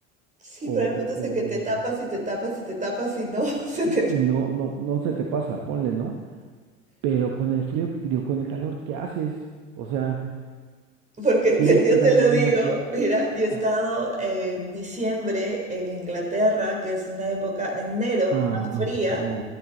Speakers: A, on the right; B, on the right.
A: Sí,
B: O,
A: probablemente
B: o,
A: entonces
B: o,
A: que te tapas y te tapas y te tapas y no <laughs> se
B: y,
A: te
B: y no, no, no se te pasa, ponle, ¿no? Pero con el frío, digo, con el calor, ¿qué haces? O sea...
A: Porque te-
B: Tienes
A: yo
B: que ir
A: te
B: a alguna...
A: lo digo,
B: re-
A: mira, yo he estado
B: a-
A: en diciembre en Inglaterra, que es una época, enero,
B: Ah,
A: más
B: no,
A: fría,
B: no,